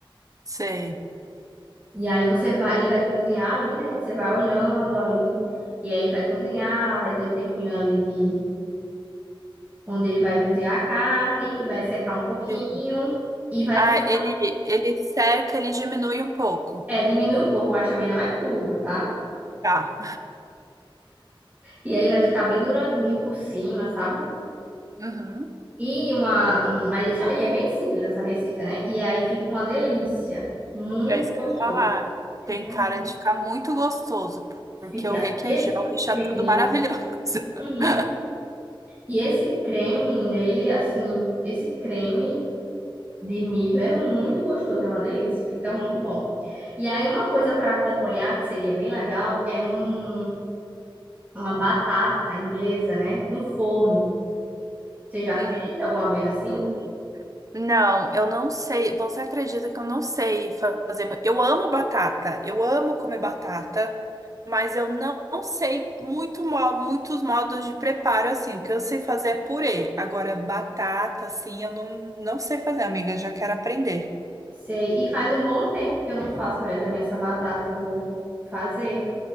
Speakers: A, on the right; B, on the right.
A: sei.
B: E aí você vai, ele vai cozinhar ali, né? Você vai olhando ali, e aí ele vai cozinhar, vai ter o tempinho ali de onde ele vai cozinhar a carne e vai secar um pouquinho
A: E
B: e vai
A: Ah,
B: fi-
A: ele, ele seca, ele diminui um pouco.
B: é, diminuir um pouco, mas também não é tudo, tá?
A: Tá.
B: E aí vai ficar bem douradinho por cima, sabe?
A: Uhum.
B: E uma, um, aí deixa ela, e é bem simples essa receita, né? E aí fica uma delícia, muito
A: É isso que
B: gostoso.
A: eu ia falar.
B: Fica,
A: Tem cara
B: um-
A: de ficar muito gostoso, porque
B: fica
A: o requeijão
B: esse
A: deixa
B: creme,
A: tudo maravilhoso. <laughs>
B: uhum. E esse creme, menina, ele é assim, esse creme de milho é muito gostoso, é uma delícia, fica muito bom. E aí uma coisa para acompanhar que seria bem legal é um, uma batata inglesa, né? No forno. Você já fez
A: Hum,
B: alguma vez assim?
A: hum, não, eu não sei. Você acredita que eu não sei fazer? mu- Eu amo batata, eu amo comer batata, mas eu não, não sei muito, mo- muitos modos de preparo assim. O que eu sei fazer é purê. Agora, batata, assim, eu não, não sei fazer, amiga. Eu Já quero aprender.
B: Sei. E faz um bom tempo que eu não faço, mulher, também essa batata eu vou fazer,